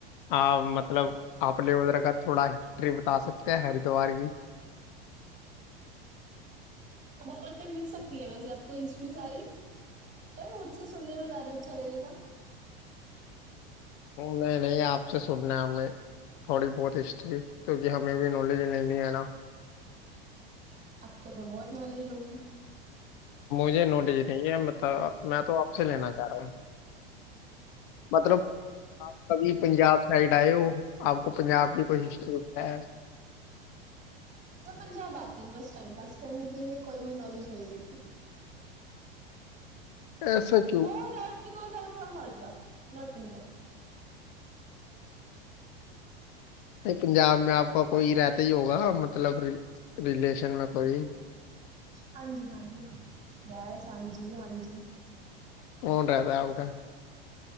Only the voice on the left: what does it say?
ਹਾਂ ਮਤਲਬ ਆਪਣੇ ਉਧਰ ਕ ਥੋੜਾ ਹਿਸਟਰੀ ਬਤਾ ਸਕਦੇ ਹੈ ਹਰਿਦੁਵਾਰ ਕੀ
ਨਹੀਂ ਨਹੀਂ ਆਪਸ ਸੁਣਨਾ ਹੈਂ ਥੋੜੀ ਬਹੁਤ ਹਿਸਟਰੀ ਕਿਉਂਕਿ ਹਮੇ ਵੀ ਨੌਲੇਜ ਨਹੀਂ ਹੈ ਨਾ।
ਮੁਝੇ ਨੋਲਿਜ ਨਹੀਂ ਹੈ ਮਬ ਮੈਂ ਤੋਂ ਆਪੇ ਲੈਣਾ ਚਾਹ ਰਿਹਾ ਹ ਮਤਲਬ ਆਪ ਕਭੀ ਪੰਜਾਬ ਸਾਈਡ ਆਏ ਹੋ ਆਪ ਕੋ ਪੰਜਾਬ ਕੀ ਕੋਈ ਹਿਸਟਰੀ ਪਤਾ ਹੈ
<unintelligible>
ਨਹੀਂ ਪੰਜਾਬ ਮੈਂ ਆਪ ਕ ਕੋਈ ਰਹਿਤਾ ਹੀ ਹੋਗਾ ਮਤਲਬ ਰਿਲੇਸ਼ਨ ਮੈਂ ਕੋਈ
ਕੌਣ ਰਹਿੰਦਾ ਉਹਊਗਾ